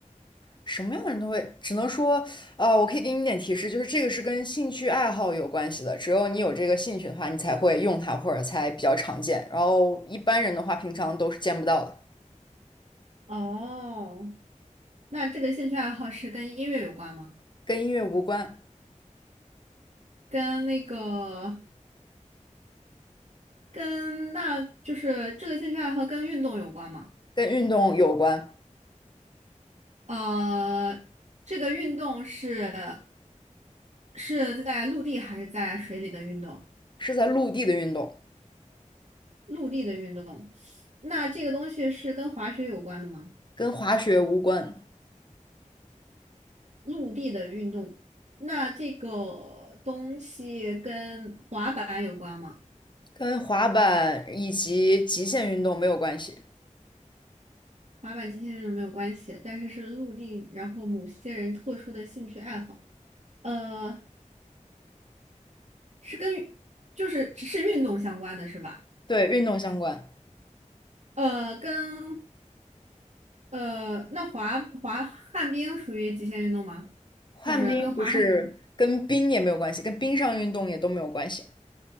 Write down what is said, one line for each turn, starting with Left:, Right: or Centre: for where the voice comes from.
Left: 什么样的人都会，只能说，呃，我可以给你一点提示，就是这个是跟兴趣爱好有关系的。只有你有这个兴趣的话，你才会用它，或者才比较常见。然后一般人的话，平常都是见不到的。
Right: 哦，那这个兴趣爱好是跟音乐有关吗？
Left: 跟音乐无关，
Right: 跟那个，跟那就是这个兴趣爱好跟运动有关吗？
Left: 跟运动有关，
Right: 呃，这个运动是是在陆地还是在水里的运动？
Left: 是在陆地的运动，
Right: 陆地的运动，那这个东西是跟滑雪有关的吗？
Left: 跟滑雪无关。
Right: 陆地的运动。那这个东西跟滑板有关吗？
Left: 跟滑板以及极限运动没有关系，
Right: 滑板极限运动没有关系，但是是陆地，然后某些人特殊的兴趣爱好。呃，是跟就是只是运动相关的是吧？
Left: 对，运动相关。
Right: 呃，跟呃，那滑滑旱冰属于极限运动吗？
Left: 旱冰不是跟冰也没有关系，
Right: 就是跟滑旱。冰。
Left: 跟冰上运动也都没有关系。